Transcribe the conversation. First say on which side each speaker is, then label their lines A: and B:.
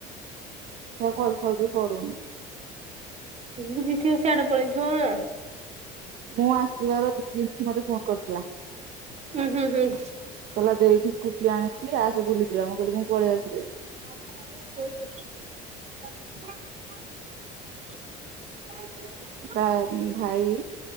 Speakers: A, on the right; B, on the right.
A: ସେ ଆଉ କଲ ଫଲ୍ ବି କରୁନି।
B: ବିଜିଥିବ ସିୟାଡେ ପଳେଇଥିବ ଅଁ।
A: ମୁଁ ଆସିବାର ଦି ଦିନଠି ମୋତେ ଫୋନ କରିଥିଲା।
B: ହୁଁ ହୁଁ ହୁଁ।
A: କଲା ଦେଇ ଠୁ ସ୍କୁଟି ଆଣିଚି ଆସେ ବୁଲିଯିବା ମୁଁ କହିଲି ମୁଁ ପଳେଇ ଆସିଲିଣି।
B: <inaudible> <inaudible>
A: ତା ଅମ୍ ଭାଇ